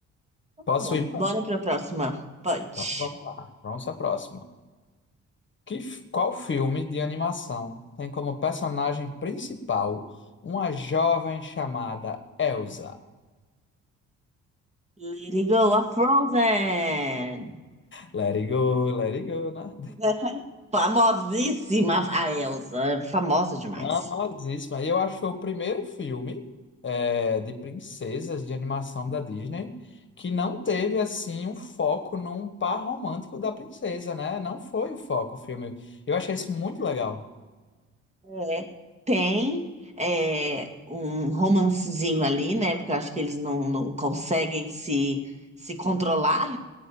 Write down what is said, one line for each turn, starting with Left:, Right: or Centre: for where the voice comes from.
Left: Posso
Right: Bom,
Left: ir?
Right: bora para a próxima. Punch.
Left: Então, vamos lá. Vamos à próxima. Que, f- qual filme de animação tem como personagem principal uma jovem chamada Elsa?
Right: Let it go, a Frozen.
Left: Let it go, let it go, né?
Right: <laughs> Famosíssima a Elsa, é famosa demais.
Left: Famosíssima. E eu acho que foi o primeiro filme é, de princesas de animação da Disney que não teve, assim, um foco num par romântico da princesa, né? Não foi o foco o filme. Eu achei isso muito legal.
Right: É. Tem é, um romancezinho ali, né? Porque eu acho que eles não, não conseguem se, se controlar,